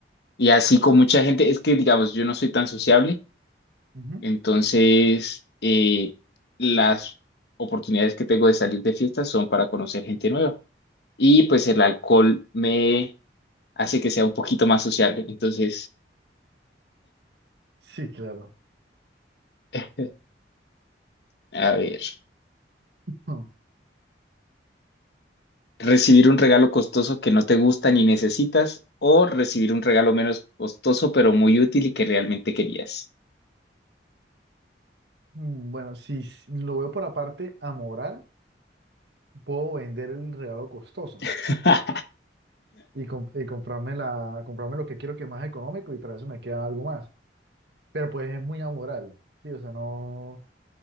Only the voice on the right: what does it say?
Ujú.
Sí, claro.
<laughs>
Mm, Bueno, si s- lo veo por aparte amoral, puedo vender el regalo costoso
y, com- y comprarme, la, comprarme lo que quiero que es más económico y tras eso me queda algo más. Pero pues es muy amoral, sí, o sea, no,